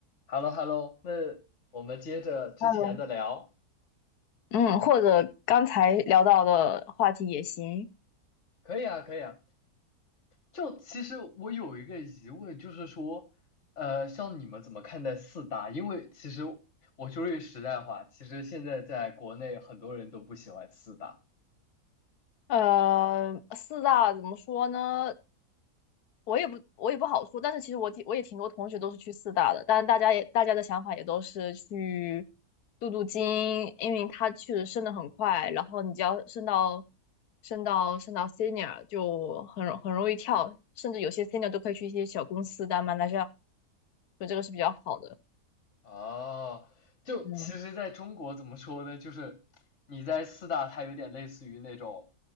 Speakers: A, on the left; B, on the left.
A: h e l l o h e l l o 那我们接着之前的聊，
B: Hello，嗯，或者刚才聊到的话题也行。
A: 可以啊，可以啊。就其实我有一个疑问，就是说，呃，像你们怎么看待四大？因为其实我说句实在话，其实现在在国内很多人都不喜欢四大。
B: 呃，四大怎么说呢？我也不我也不好说，但是其实我挺我也挺多同学都是去四大的，但是大家也大家的想法也都是去镀镀金，因为它确实升得很快，然后你只要升到升到升到 senior 就很容很容易跳，甚至有些 senior 都可以去一些小公司当 m a n a g 所以这个是比较好的。
A: 哦，就其实在中国怎么说呢？
B: 嗯
A: 就是你在四大，它有点类似于那种，